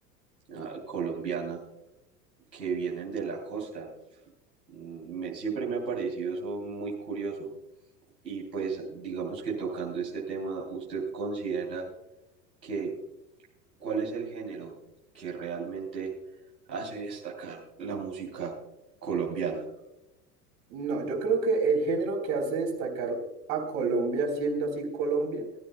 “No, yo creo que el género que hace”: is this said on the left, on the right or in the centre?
Right